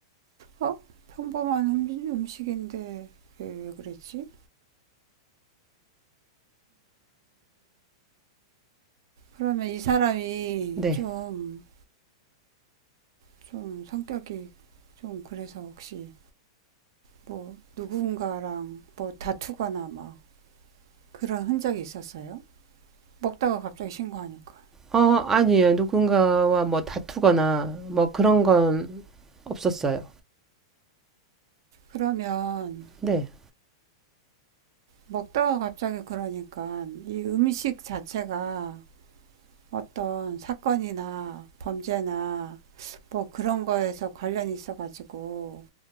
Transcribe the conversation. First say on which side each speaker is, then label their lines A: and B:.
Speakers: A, on the right; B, on the right.
A: 어? 평범한 음- 음식인데 왜, 왜 그랬지? 그러면 이 사람이
B: 네.
A: 좀, 좀 성격이 좀 그래서 혹시 뭐 누군가랑 뭐 다투거나 막 그런 흔적이 있었어요? 먹다가 갑자기 신고하니까.
B: 어, 아니에요. 누군가와 뭐 다투거나 뭐 그런 건 없었어요.
A: 그러면
B: 네.
A: 먹다가 갑자기 그러니까 이 음식 자체가 어떤 사건이나 범죄나 뭐 그런 거에서 관련이 있어가지고